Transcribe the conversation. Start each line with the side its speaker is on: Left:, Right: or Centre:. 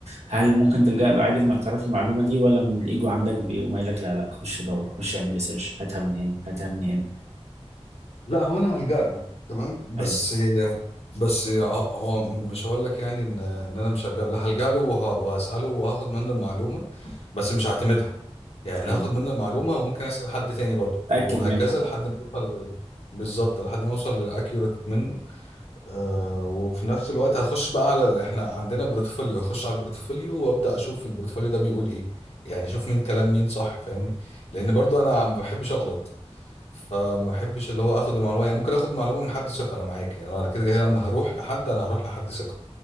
Right: هل ممكن تلجأ له عادي في انك تعرف المعلومة دي ولا من الايجو عندك بيقوم قايل لك لا لا خش دور خش اعمل ريسيرش هاتها من هنا هاتها من هنا
Left: لا هو انا هلجأ له تمام بس
Right: ايوه
Left: بس هو مش هقول لك يعني ان ان انا مش هلجأ له لا هلجأ له وه- وهسأله وهاخد منه المعلومه بس مش هعتمدها يعني
Right: ايوه
Left: هاخد منه المعلومة وممكن أسأل حد تاني برضه
Right: تأكد
Left: وهكذا
Right: منها بقى
Left: لحد ما أوصل لل- بالظبط لحد ما أوصل للأكيوريت منه آه وفي نفس الوقت هخش بقى على إحنا عندنا بورتفوليو هخش على البورتفوليو وأبدأ أشوف البورتفوليو ده بيقول إيه يعني أشوف مين كلام مين صح فاهمني لأن برضه أنا ما بحبش أغلط فما بحبش اللي هو آخد المعلومة يعني ممكن آخد معلومة من حد ثقة أنا معاك يعني أنا كده كده لما هروح لحد أنا هروح لحد ثقة